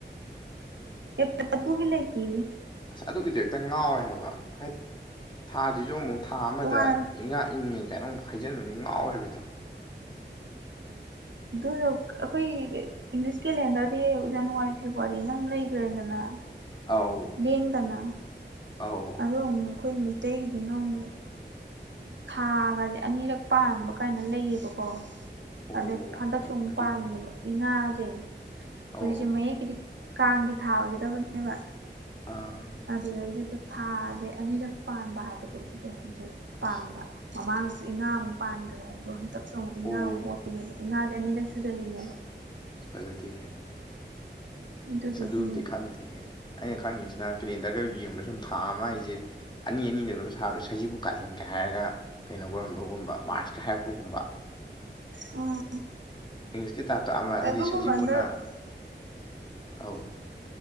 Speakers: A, on the right; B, on the left.
A: ꯑꯦꯄꯔꯤꯜ ꯑꯗꯨꯒꯤ ꯂꯩꯇꯦ
B: ꯑꯁ ꯑꯗꯨꯒꯤꯗꯣ ꯍꯦꯛꯇ ꯉꯥꯎꯋꯦ ꯍꯥꯏꯕ ꯍꯥꯏ ꯊꯥꯖꯤꯖꯨ ꯑꯃꯨꯛ ꯊꯥ ꯑꯃꯗ
A: ꯇꯣꯉꯥꯟꯅ
B: ꯏꯉꯥ ꯏꯪꯉꯦꯟ ꯀꯥꯏꯅ ꯑꯃꯨꯛ ꯍꯥꯏꯖꯤꯟꯕꯖꯤ ꯉꯥꯎꯋꯦꯕ ꯍꯦꯛꯇ
A: ꯑꯗꯨ ꯑꯩꯈꯣꯏꯒꯤ ꯏꯪꯂꯤꯁꯀꯤꯂꯦꯟꯗꯔꯗꯤ ꯖꯅꯋꯥꯔꯤ ꯐꯦꯕꯋꯥꯔꯤꯅ ꯑꯃꯨꯛ ꯂꯩꯒ꯭ꯔꯦꯗꯅ
B: ꯑꯥꯎ
A: ꯂꯦꯡꯗꯅ
B: ꯑꯧ
A: ꯑꯗꯣ ꯑꯃꯨꯛ ꯑꯩꯈꯣꯏꯒꯤ ꯃꯩꯇꯩꯒꯤꯗꯨꯅ ꯑꯃꯨꯛ ꯊꯥꯒꯖꯦ ꯑꯅꯤꯔꯛ ꯄꯥꯟꯕ ꯀꯥꯏꯅ ꯂꯩꯌꯦꯕꯀꯣ
B: ꯑꯣ
A: ꯑꯗꯩ ꯍꯟꯗꯛꯁꯨ ꯑꯃꯨꯛ
B: ꯑꯗꯨꯅꯦ
A: ꯄꯥꯜꯂꯤꯅꯦꯕ ꯏꯪꯉꯥꯖꯦ ꯍꯧꯖꯤꯛꯁꯦ
B: ꯑꯧ
A: ꯃꯌꯦꯛꯀꯤꯗꯤ ꯀꯥꯡꯒꯤ ꯊꯥ ꯑꯣꯏꯒꯗꯕꯅꯦꯕ
B: ꯑꯥ
A: ꯑꯗꯨꯗꯩꯗ ꯊꯥꯖꯦ ꯑꯅꯤꯔꯛ ꯄꯥꯟꯕ ꯍꯥꯏꯕꯗꯨ ꯑꯗꯨꯗꯣ ꯍꯧꯖꯤꯛ ꯄꯥꯟꯕ
B: ꯑꯁ
A: ꯃꯃꯥꯡꯗꯁꯨ ꯏꯉꯥ ꯑꯃꯨꯛ ꯄꯥꯟꯒ꯭ꯔꯦ ꯑꯗꯣ ꯍꯟꯗꯛꯁꯨ ꯑꯃꯨꯛ ꯏꯉꯥ
B: ꯑꯣ
A: ꯑꯃꯨꯛ ꯑꯣꯏꯔꯤꯅꯦꯕ ꯏꯉꯥꯗꯤ ꯑꯅꯤꯔꯛ ꯁꯨꯖꯜꯂꯤꯅꯦꯕ
B: ꯑꯁ ꯐꯖꯗꯦꯍꯦ
A: ꯑꯗꯨꯗꯨꯒꯤꯅꯤ
B: ꯑꯁ ꯑꯗꯨꯝꯗꯤ ꯈꯪꯗꯦ ꯑꯩꯅ ꯈꯪꯉꯤꯁꯤꯅ ꯀꯦꯂꯦꯟꯗꯔꯒ ꯌꯦꯡꯕꯗ ꯁꯨꯝ ꯊꯥ ꯑꯃ ꯍꯥꯏꯖꯦ ꯑꯅꯤ ꯑꯅꯤꯗ ꯑꯗꯨꯝ ꯁꯥꯕꯗꯣ ꯁꯖꯤꯕꯨ ꯀꯥꯂꯦꯟꯒ ꯍꯥꯏꯔꯒ ꯀꯩꯅꯣ ꯑꯣꯏꯔꯝꯕ ꯒꯨꯝꯕ ꯃꯥꯔꯁꯀꯥ ꯍꯥꯏꯔꯛꯄꯒꯨꯝꯕ
A: ꯎꯝ
B: ꯏꯪꯂꯤꯁꯀꯤ ꯇꯥꯏꯞꯇ ꯑꯃ ꯍꯥꯏꯗꯤ
A: ꯑꯗꯨꯒꯨꯝꯕꯗ
B: ꯁꯖꯤꯕꯨꯅ ꯑꯥꯎ